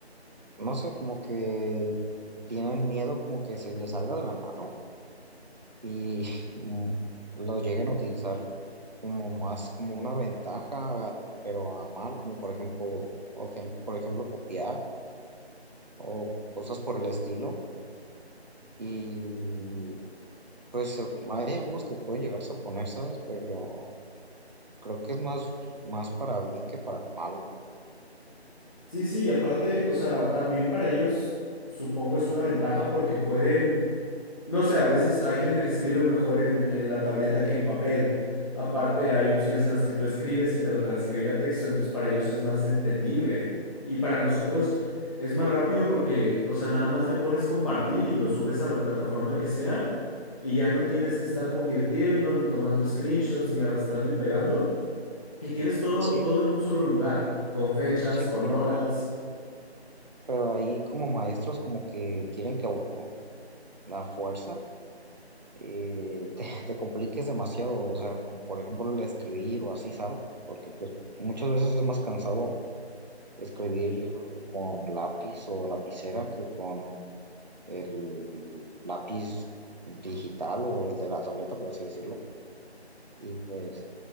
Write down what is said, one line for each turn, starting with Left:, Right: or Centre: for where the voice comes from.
Right: no sé, como que tienen miedo como que se les salga de la mano y mm, lo llegan a utilizar como más como una ventaja, pero a mal, como por ejemplo, o gen- por ejemplo copiar o cosas por el estilo. Y pues eh, hay algunos que pueden llegarse a poner, ¿sabes? Pero creo que es más, más para bien que para mal.
Left: Sí, sí, y aparte, o sea, también para ellos supongo es una ventaja porque pueden No sé, a veces hay gente que escribe mejor en, en la tableta que en papel. Aparte, hay opciones en las que tú escribes y te lo transcribe a texto, entonces para ellos es más entendible. Y para nosotros es más rápido porque, o sea, nada más le pones compartir y lo subes a la plataforma que sea y ya no tienes que estar convirtiendo, ni tomando screenshots, ni arrastrando y pegando. Y tienes todo,
Right: Sí,
Left: todo en un solo lugar, con fechas,
Right: sí,
Left: con
Right: pero,
Left: horas.
Right: pero ahí como maestros como que quieren que a u- a la fuerza. eh, te, <laughs> te compliques demasiado, o sea, como por ejemplo el escribir o así, ¿sabes? Porque pues muchas veces es más cansado escribir con lápiz o lapicera que con el lápiz digital o el de la tableta, por así decirlo. Y pues,